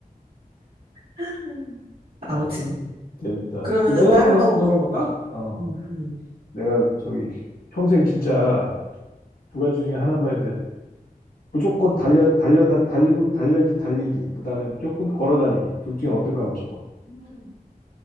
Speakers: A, on the right; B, on the left.
A: <laughs> 아무튼
B: 아, 재밌다.
A: 그러면은
B: 그럼 내가
A: 다른
B: 한번 한-
A: 거 한번
B: 한번
A: 물어봐봐.
B: 볼까? 어,
A: 응
B: 내가 저기, 평생 진짜 두 가지 중에 하나만 했는데, 무조건 달려, 달려, 달리고, 달리기, 달리기. 그 다음에 무조건 걸어 다니기. 둘 중에 어떤 거 하고 싶어?
A: 응.